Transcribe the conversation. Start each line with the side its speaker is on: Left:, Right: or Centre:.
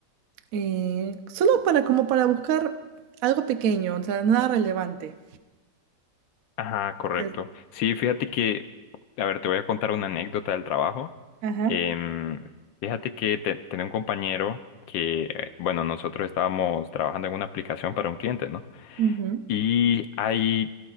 Right: eh, solo para como para buscar algo pequeño, o sea, nada relevante.
Left: Ajá, correcto.
Right: Es-
Left: Sí, fíjate que, a ver, te voy a contar una anécdota del trabajo.
Right: Ajá.
Left: Em, fíjate que te- tenía un compañero que, eh, bueno, nosotros estábamos trabajando en una aplicación para un cliente, ¿no?
Right: Ujú,
Left: Y hay